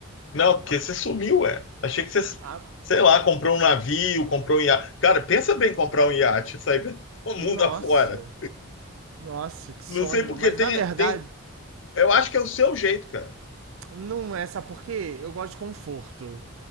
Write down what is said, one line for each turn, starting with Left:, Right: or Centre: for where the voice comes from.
Left: Não, porque você sumiu, ué. Achei que você,
Right: Ah,
Left: sei lá, comprou um navio, comprou um iate. Cara, pensa bem em comprar um iate, sair pelo
Right: nossa,
Left: <laughs> mundo afora.
Right: nossa, que sonho.
Left: Não sei porque
Right: Mas
Left: tem,
Right: na verdade,
Left: tem, eu acho que é o seu jeito, cara.
Right: não é, sabe por quê? Eu gosto de conforto.